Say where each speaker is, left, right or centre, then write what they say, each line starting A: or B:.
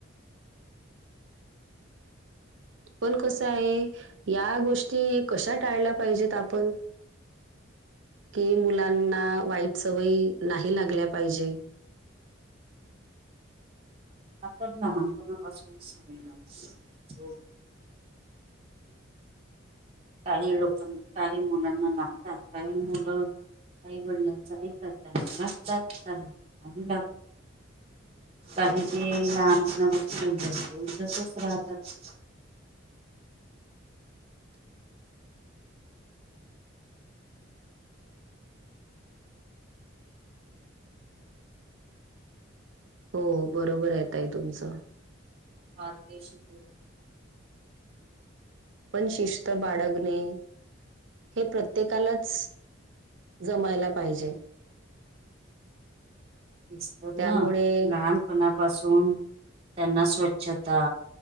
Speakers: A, on the right; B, on the right.
A: पण कसं आहे., या गोष्टी कशा टाळल्या पाहिजेत आपण? कि मुलांना वाईट सवयी नाही लागल्या पाहिजे?
B: आता लहानपणा पासूनच सवय लावाला हवी काही लोकांना, काही मुलांना, लागतात काही मुलं आई वडिलांच ऐकात त्यांना लागतात का आत काही ते लहानपणापासून असते उलट तसंच राहतात.
A: हो बरोबर ये ताई तुमचं.
B: पारदर्शी बोलत
A: पण शिस्त बाळगणे, हे प्रत्येकालाच जमायला पाहिजे.
B: तेच तर
A: त्यामुळे
B: ना, लहानपणापासून त्यांना स्वच्छता